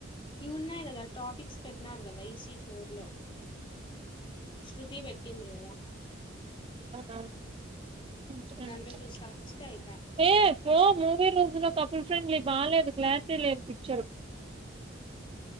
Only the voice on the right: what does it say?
అవున సరే
ఏ పో మూవి రూల్స్ లో పప్ స్కూల్ ఫ్రెండ్లీ బాలేదు క్లారిటీ లేదు picture